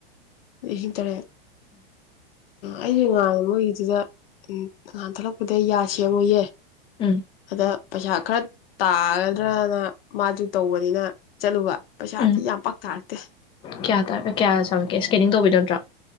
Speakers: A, on the left; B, on the left.
A: ꯍ ꯇꯔꯦ ꯑꯩꯁꯦ ꯉ ꯃꯣꯏꯒꯤꯗꯨꯗ ꯅꯉꯥꯟ ꯊꯣꯛꯂꯛꯄꯗ ꯌꯥꯁꯦ ꯃꯣꯏꯌꯦꯦ
B: ꯎꯝ
A: ꯑꯗ ꯄꯩꯁꯥ ꯈꯔ ꯇꯥꯒꯗ꯭ꯔꯅ ꯃꯥꯁꯨ ꯇꯧꯕꯅꯤꯅ ꯆꯠꯂꯨꯕ ꯄꯩꯁꯥꯗꯤ
B: ꯎꯝ
A: ꯌꯥꯝ ꯄꯥꯛ ꯇꯥꯔꯛꯇꯦ
B: ꯀꯌꯥ ꯇ ꯀꯌꯥ ꯆꯪꯉꯛꯀꯦ ꯏꯁꯀꯦꯅꯤꯡ ꯇꯧꯕꯤꯅꯣ ꯅꯠꯇ꯭ꯔꯣ